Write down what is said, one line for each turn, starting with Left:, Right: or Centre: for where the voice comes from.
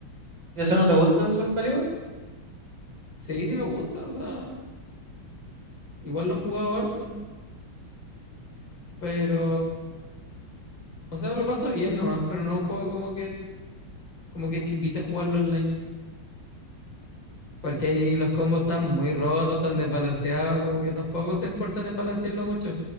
Right: ¿Y ese no te gusta el Soul Calibur?
Left: Sí, sí me gusta. O sea, igual lo he jugado harto. Pero. O sea, lo paso bien nomás. Pero no es un juego como que, como que te invita a jugarlo online. Porque ahí los combos están muy rotos, están desbalanceados, como que tampoco se esfuerzan en balancearlo mucho.